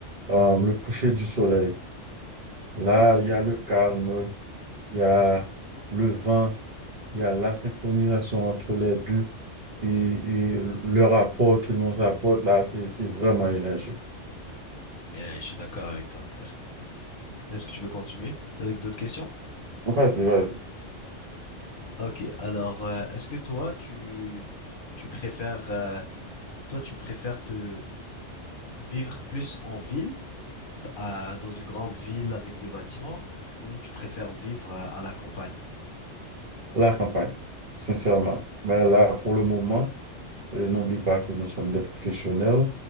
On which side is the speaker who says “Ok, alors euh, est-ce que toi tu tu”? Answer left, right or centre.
Left